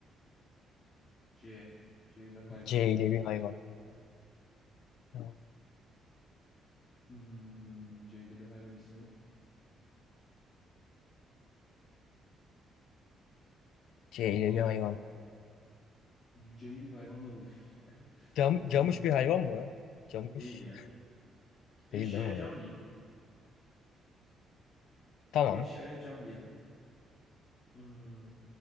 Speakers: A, on the left (about 30°); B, on the left (about 85°).
A: C. C ile hayvan
B: C
A: ismi.
B: ile bir hayvan. Tamam.
A: Hmm, C ile bir hayvan ismi.
B: C'yle
A: Valla
B: bir hayvan.
A: C'li bir hayvan da bu. <laughs>
B: Cam,
A: Bulamadım
B: camış
A: gibi.
B: bir hayvan mı? Camış
A: Değil ya. Eşeğe
B: değil değil mi
A: cam
B: o?
A: diyeyim.
B: Tamam.
A: Eşyaya cam diyelim. Hmm,